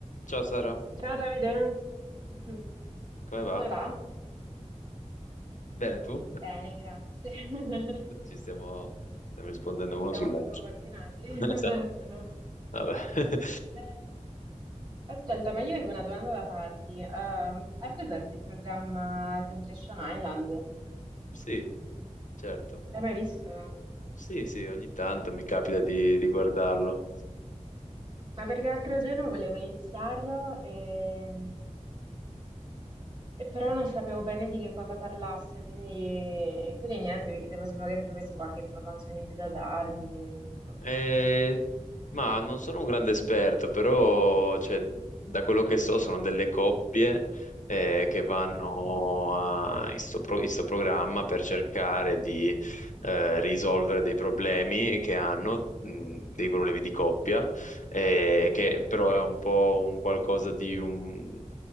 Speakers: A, on the left; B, on the right.
A: Ciao Sara,
B: Ciao Davide, <laughs>
A: come va?
B: come va?
A: Bene, tu?
B: Bene, grazie. <laughs>
A: <laughs> Ci stiamo, stiamo rispondendo uno
B: Siamo
A: sull'altro.
B: proprio coordinati. <laughs>
A: <laughs> Esatto.
B: Esatto.
A: Vabbè. <laughs>
B: Eh, ascolta, ma io avevo una domanda da farti. Ehm, hai presente il programma Temptation Island?
A: Sì, certo.
B: L'hai mai visto?
A: Sì, sì, ogni tanto mi capita di, di guardarlo.
B: Ma perché l'altro giorno volevo iniziarlo e, e però non sapevo bene di che cosa parlasse, quindi, quindi niente, vi chiedevo se magari tu avessi qualche informazione in più da darmi. Boh.
A: Eh, ma non sono un grande esperto, però cioè, da quello che so sono delle coppie eh, che vanno
B: Ok,
A: a- in sto, pro- in sto programma per cercare di eh, risolvere dei problemi che hanno, mh, dei problemi di coppia, eh, che
B: Mhm.
A: però è un po' un qualcosa di un,